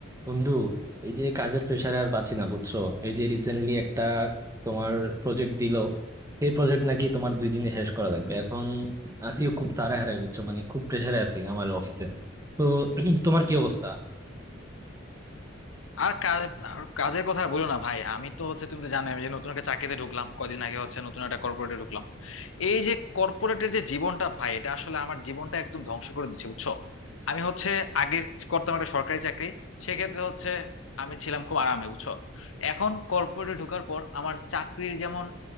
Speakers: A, on the right; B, on the left.
A: বন্ধু এই যে কাজের প্রেশারে আর বাঁচি না বুঝছো এই যে রিসেন্টলি একটা তোমার প্রজেক্ট দিল এই প্রজেক্ট নাকি তোমার দুই দিনে শেষ করা লাগবে এখন আসিও খুব তাড়াহাড়াই বুঝছো মানে খুব প্রেশারে আছি আমার অফিসে তো <clears throat> তোমার কি অবস্থা
B: আর কাজ আর কাজের কথা আর বলো না ভাই আমি তো হচ্ছে তুমি তো জানো আমি যে নতুন একটা চাকরিতে ঢুকলাম কদিন আগে হচ্ছে নতুন একটা কর্পোরেটে ঢুকলাম এই যে কর্পোরেটের যে জীবনটা ভাই এটা আসলে আমার জীবনটা একদম ধ্বংস করে দিচ্ছে বুঝছো আমি হচ্ছে আগে করতাম একটা সরকারি চাকরি সেক্ষেত্রে হচ্ছে আমি ছিলাম খুব আরামে বুঝছো এখন কর্পোরেটে ঢোকার পর আমার চাকরির যেমন